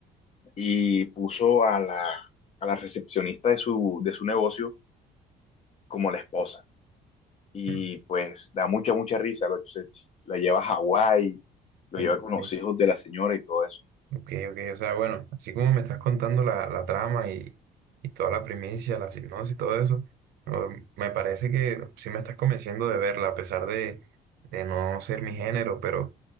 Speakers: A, on the left; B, on the right.
A: y puso a la, a la recepcionista de su, de su negocio como la esposa. Y
B: Mm,
A: pues da mucha, mucha risa. Lo, se- la lleva a Hawái, lo
B: Ok,
A: lleva con los
B: ok.
A: hijos de la señora y todo eso.
B: Ok, ok, o sea, bueno, así como me estás contando la, la trama y, y toda la primicia, la sinopsis y todo eso, no, me parece que sí me estás convenciendo de verla, a pesar de, de no ser mi género, pero